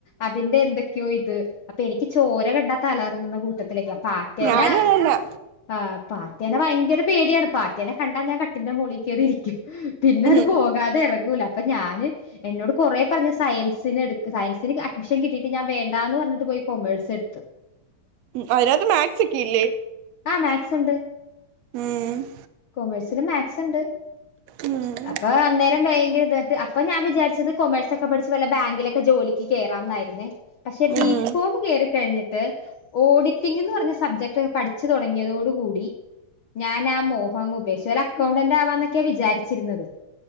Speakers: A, on the left (about 55°); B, on the right (about 80°).
A: അതിന്റെ എന്തൊക്കെയോ ഇത് അപ്പൊ എനിക്ക് ചോര കണ്ടാ തലകറങ്ങുന്ന കൂട്ടത്തിലൊക്കെയാ പാ പറ്റേന
B: ഞാനും അതന്നെ
A: ആ പാറ്റേന ഭയങ്കര പേടിയാണ് പാറ്റേനെ കണ്ടാൻ ഞാൻ ക ട്ടിന്റെ മുകളിൽകയറി ഇരിക്കും പിന്നെ അത്
B: ഉം
A: പോകാതെ ഇറങ്ങൂല, അപ്പൊ ഞാന് എന്നോട് കുറെ പറഞ്ഞ് സയൻസിന് എടു സയൻസിന് അഡ്മിഷൻ കിട്ടിട്ട് ഞാൻ വേണ്ട എന്ന് പറഞ്ഞിട്ട് പോയി കൊമേഴ്സ് എടുത്തു.
B: ഉ അതിനകത്ത് മാത്സ് ഒക്കെ ഇല്ലേ?.
A: ആ മാക്സ് ഉണ്ട്.
B: ഉം
A: കൊമേഴ്സിൻ മാത്സ് ഉണ്ട്.
B: ഉം
A: അപ്പൊ അന്നേരം ഭയങ്കര ഇട്ട് അപ്പൊ ഞാൻ വിചാരിച്ചത് കൊമേഴ്സക്കെ പഠിച്ച് വല്ല ബാങ്കിലൊക്കെ ജോലിക്ക് കയറാംന്നായിരുന്നേ. പക്ഷെ ബികോം
B: ഉം
A: കേയറിക്കഴിഞ്ഞിട്ട് ഓഡിറ്റിംഗന്ന് പറഞ്ഞ സബ്ജക്ട് പഠിച്ച ച്ചു തുടങ്ങിയതോടുകൂടി ഞാനാമോ അങ് ഉപേക്ഷുല അക്കൗണ്ടന്റ് ആവാന്നൊക്കെയാ വിചാരിച്ചിരുന്നത്.